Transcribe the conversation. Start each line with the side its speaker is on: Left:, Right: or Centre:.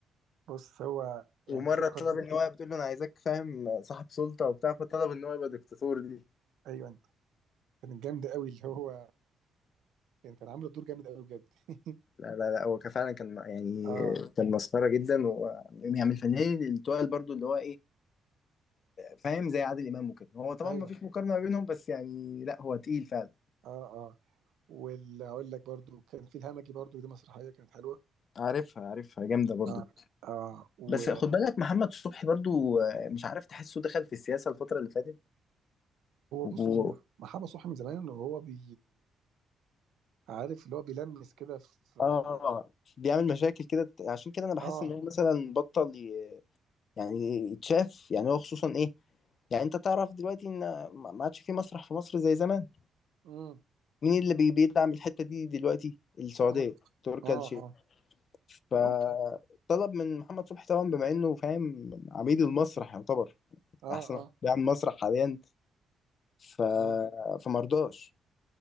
Right: بص هو يعني
Left: ومرة
Right: جوكر
Left: طلب
Right: دي
Left: ان هو بتقول له انا عايزاك فاهم صاحب سلطة وبتاع فطلب ان هو يبقى دكتاتور دي
Right: ايوه كانت جامده قوي اللي هو كان كان عامل الدور جامد قوي بجد <laughs>
Left: لا لا لا هو كان فعلا كان يعني
Right: اه
Left: كان مسخرة جدا و يعني من الفنانين اللي تقال برضو اللي هو ايه فاهم زي عادل امام وكده هو طبعا
Right: ايوه
Left: ما فيش مقارنة ما بينهم بس يعني لا هو تقيل فعلا
Right: اه اه واللي هقول لك برضو كان في الهمجي برضو دي مسرحيه كانت حلوه
Left: عارفها عارفها جامدة برضو
Right: اه اه وهو
Left: بس خد بالك محمد صبحي برضو آه، مش عارف تحسه دخل في السياسة الفترة اللي فاتت و...
Right: بص هو محمد صبحي من زمان انه هو بي عارف اللي هو بيلمس كده في
Left: اه بيعمل مشاكل كده عشان كده انا بحس
Right: اه
Left: ان هو مثلا بطل ي... يعني يتشاف يعني هو خصوصا ايه يعني انت تعرف دلوقتي ان ما ما عادش في مسرح في مصر زي زمان
Right: امم
Left: مين اللي بي- بيدعم الحتة دي دلوقتي السعودية
Right: اه
Left: تركي
Right: اه
Left: آل الشيخ فطلب
Right: ممكن
Left: من محمد صبحي طبعا بما انه فاهم عميد المسرح يعتبر
Right: اه
Left: احسن
Right: اه
Left: واحد بيعمل مسرح حاليا ف...
Right: مم.
Left: فمرضاش